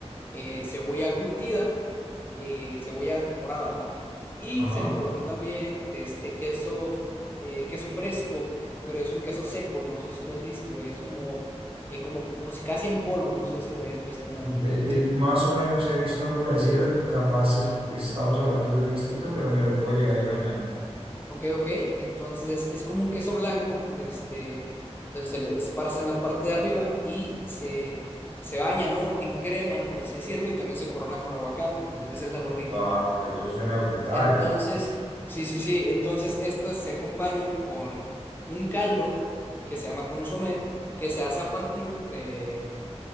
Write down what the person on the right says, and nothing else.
Ajá.
ok,
Y más o menos he visto algo parecido, capaz es- estamos hablando de uno distinto, pero me lo puedo llegar a imaginar.
Va, pero eso suena brutal.